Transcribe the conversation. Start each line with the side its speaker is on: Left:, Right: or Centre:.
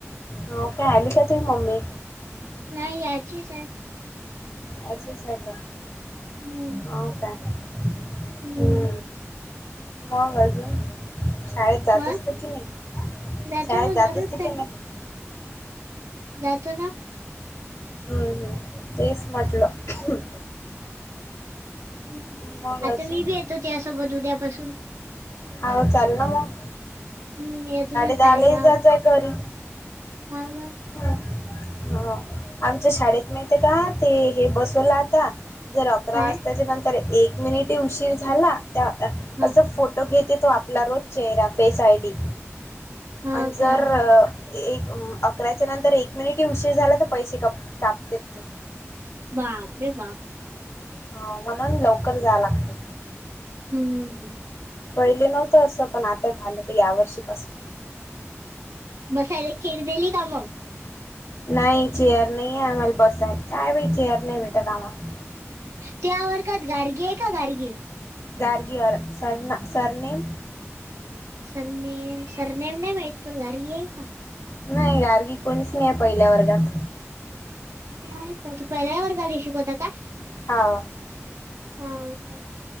Left: हो काय आली का तुझ मम्मी
Right: नाही याचीच आहे
Left: अ का
Right: हम्म
Left: हाव काय
Right: हम्म
Left: हो मग अजून शाळेत जात
Right: हा
Left: असते की नाही,
Right: जातो
Left: शाळेत
Right: ना
Left: जात
Right: जरूर
Left: असते की
Right: चाल
Left: नाही
Right: जातो ना
Left: ह, ह तेच म्हटलं
Right: ह
Left: मग
Right: आता
Left: अजून
Right: मी बी येतो त्यासोबत उद्यापासून
Left: हाव चाल ना मग.
Right: म्हणून येताना साडे
Left: दहालाही
Right: दहा,
Left: जात जाय घरी
Right: हा ना.
Left: हो, आमच्या शाळेत माहिती का? ते हे बसवलं आता. जर अकरा
Right: काय
Left: वाजताच्या नंतर एक मिनिट ही उशीर झाला त्या
Right: ह
Left: असं फोट फोटो घेते तो आपला रोज चेहरा फेस आयडी.
Right: ह
Left: अन् जर
Right: का
Left: एक आकरायच्या नंतर एक मिनिटही उशीर झाला तर पैसे काप कापते ती.
Right: बापरे! बाप.
Left: हाव म्हणून लवकर जाया लागतय.
Right: हम्म.
Left: पहिले नव्हतं असं, पण आता झालं तर या वर्षीपासून.
Right: बसायला एक चेअर दिली का मग?
Left: नाही चेअर नाही आम्हाला बसाय, काय बी चेअर नाही भेटत आम्हाला.
Right: त्या बोलतात गार्गी आहे का गार्गी?
Left: गार्गीयर, सर ना सरनेम.
Right: सरनेम, सरनेम नाही माहीत, पण गार्गी आहे का?
Left: नाही गार्गी कोणीच नाही पहिल्या वर्गात.
Right: नाही, का तू पहिल्या वर्गाला शिकवता क.
Left: हो.
Right: हो का?,